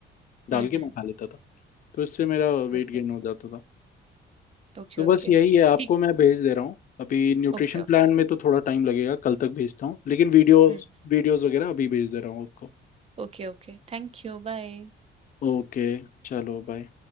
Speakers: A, on the left (about 45°); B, on the right (about 30°).
A: डाल
B: हम्म
A: के
B: हम्म
A: मैं खा लेता था तो इससे मेरा वेट
B: ओके
A: गेन हो जाता था
B: Okay
A: तो
B: okay
A: बस यही है आपको
B: ठीक
A: मैं भेज दे रहा हूँ अभी न्यूट्रिशन
B: Okay okay
A: प्लान में तो थोड़ा टाइम लगेगा कल तक भेजता हूँ लेकिन वीडियोस
B: हम्म
A: वीडियोस वगैरह अभी भेज दे रहा हूँ आपको
B: Okay okay thank you bye
A: ओके चलो बाय